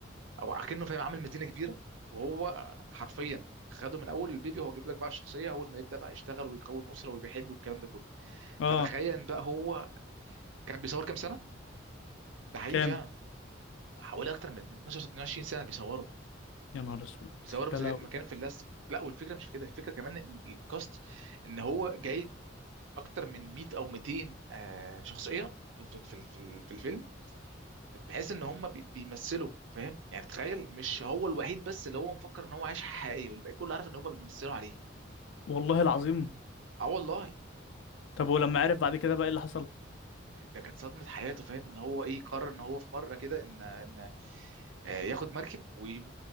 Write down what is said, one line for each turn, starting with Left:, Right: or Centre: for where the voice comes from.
Right: او اكنه فاهم عامل مدينه كبيره وهو حرفيا خده من اول البيبي هو جايب لك بقى الشخصيه اول ما يبدا بقى يشتغل ويكون اسره وبيحب والكلام ده كله
Left: اه
Right: فتخيل بقى هو كان بيصور كام سنه ده حقيقي
Left: كام
Right: فعلا حوالي اكتر من من 12 22 سنه بيصوروا
Left: يا نهار اسود
Right: بيصوروا مزا-
Left: يا لهوي
Right: مكان في اللزق لا والفكره مش في كده الفكره كمان ان الكاست ان هو جايب اكتر من 100 او 200 آه، شخصيه في في في في الفيلم بحيث ان هم بي- بيمثلوا فاهم يعني تخيل مش هو الوحيد بس اللي هو مفكر ان هو عايش حياه حقيقيه والباقي كله عارف ان هم بيمثلوا عليه
Left: والله العظيم
Right: اه والله
Left: طب ولما عرف بعد كده بقى ايه اللي حصل
Right: ده كانت صدمة حياته فاهم ان هو ايه قرر ان هو في مرة كده ان ان آه، ياخد مركب وي-